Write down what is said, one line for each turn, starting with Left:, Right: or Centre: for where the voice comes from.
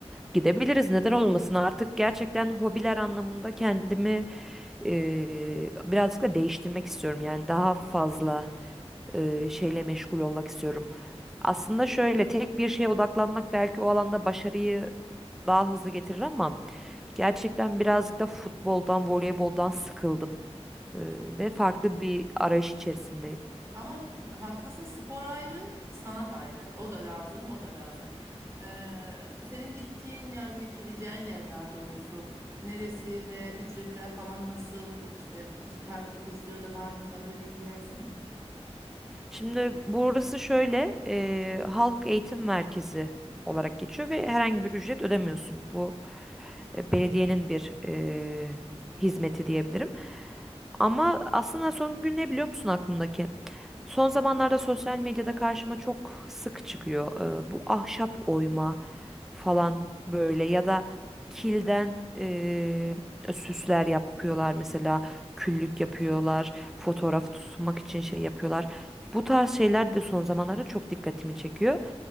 Centre: gidebiliriz. Neden olmasın? Artık gerçekten hobiler anlamında kendimi eee, birazcık da değiştirmek istiyorum. Yani daha fazla eee, şeyle meşgul olmak istiyorum. Aslında şöyle tek bir şeye odaklanmak belki o alanda başarıyı daha hızlı getirir ama. Gerçekten birazcık da futboldan, voleyboldan sıkıldım e, ve farklı bir arayış içerisindeyim.
Right: Ama haklısın spor ayrı, sanat ayrı. O da lazım, o da lazım. Ee, senin gittiğin yani gideceğin yer daha doğrusu neresi ve ücretler falan nasıl? İşte gitar kursları da var mı? Bana bir bilgi versene.
Centre: Şimdi burası şöyle e, halk eğitim merkezi olarak geçiyor ve herhangi bir ücret ödemiyorsun. Bu e, belediyenin bir e, hizmeti diyebilirim. Ama aslında son gün ne biliyor musun aklımdaki? Son zamanlarda sosyal medyada karşıma çok sık çıkıyor. e, bu ahşap oyma falan böyle ya da kilden eee, süsler yapıyorlar mesela küllük yapıyorlar fotoğraf tutmak için şey yapıyorlar. Bu tarz şeyler de son zamanlarda çok dikkatimi çekiyor.